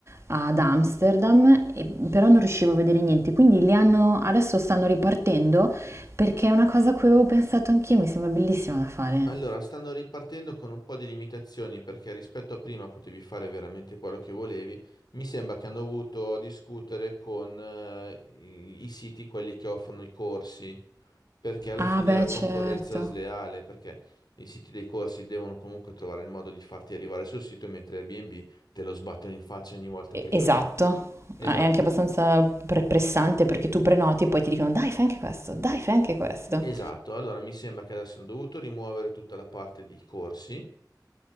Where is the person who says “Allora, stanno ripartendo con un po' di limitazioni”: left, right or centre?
Left